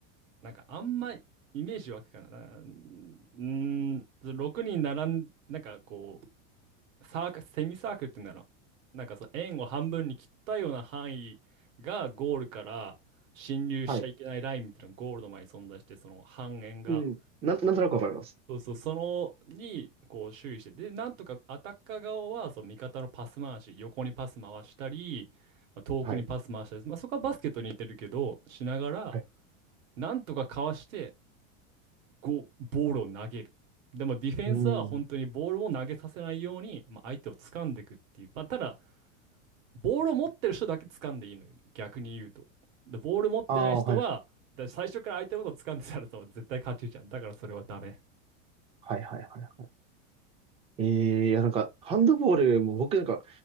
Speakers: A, on the right; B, on the right.
A: う。なんかあんまイメージ湧くかな。なうーん、6人並ん、なんかこう、サーク、セミサークルっていうんだろう。なんかそう、円を半分に切ったような範囲がゴールから侵入しちゃいけないラインみたいなのがゴールの前に存在して、
B: はい。
A: その半円が。
B: うん。なん、なんとなくわかります。
A: そうそう、そのにこう注意して、で、なんとかアタッカー側はその味方のパス回し、横にパス回したり、まあ遠くにパス回したり、
B: はい、
A: まあ、そこはバスケットに似てるけど、しながら、
B: はい。
A: なんとかかわして、ゴボールを投げる。でもディフェンスは本当にボールを投げさせないように、
B: うん。
A: まあ、相手を掴んでいくっていう、まあ、ただ、ボールを持ってる人だけ掴んでいいのよ、逆に言うと。で、ボール持ってない人は、
B: ああ、はい、
A: だから最初から相手のことを掴んでたらさ絶対勝ちじゃん。だからそれはダメ。
B: はい、はい、はい。ええいや、なんか、ハンドボールも僕なんか、